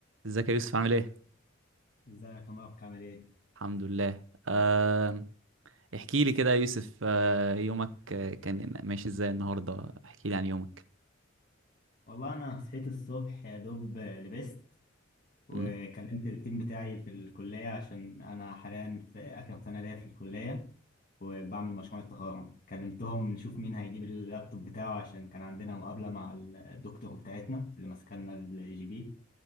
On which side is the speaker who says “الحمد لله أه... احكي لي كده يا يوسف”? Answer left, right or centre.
Right